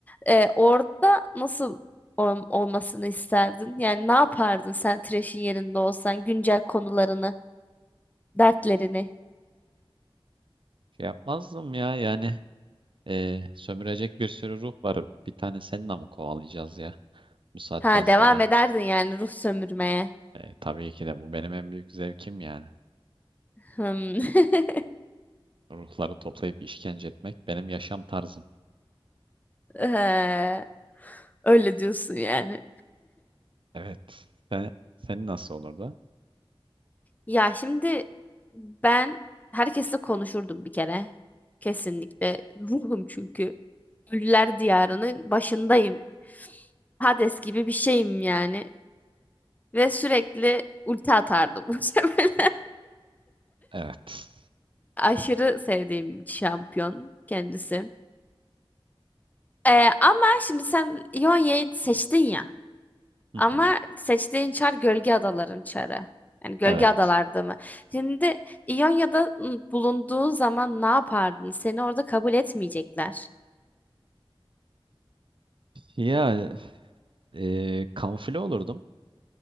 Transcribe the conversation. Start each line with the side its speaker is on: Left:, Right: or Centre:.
Left: Ee, orada nasıl ol- olmasını isterdin? Yani ne yapardın sen Thresh'in yerinde olsan güncel konularını, dertlerini?
Right: Şey yapmazdım ya yani e, sömürecek bir sürü ruh var. Bir tane seninle mi kovalayacağız ya bu saatten
Left: Ha
Right: sonra?
Left: devam ederdin yani ruh sömürmeye.
Right: E, tabii ki de bu benim en büyük zevkim yani.
Left: Hmm. <laughs>
Right: Ruhları toplayıp işkence etmek benim yaşam tarzım.
Left: Ee, öyle diyorsun yani.
Right: Evet. Sen, senin nasıl olurdu?
Left: Ya şimdi ben herkesle konuşurdum bir kere. Kesinlikle. Ruhum çünkü. Ölüler diyarının başındayım. Hades gibi bir şeyim yani. Ve sürekli ulti atardım <laughs> bu sefer.
Right: Evet.
Left: Aşırı sevdiğim şampiyon kendisi. Ee, ama şimdi sen Ionia'yı seçtin ya.
Right: Hı
Left: Ama
Right: hı.
Left: seçtiğin çar gölge adaların çarı. Yani gölge
Right: Evet.
Left: adalarda mı? Şimdi İonya'da ı, bulunduğun zaman ne yapardın? Seni orada kabul etmeyecekler.
Right: Ya e, kamufle olurdum.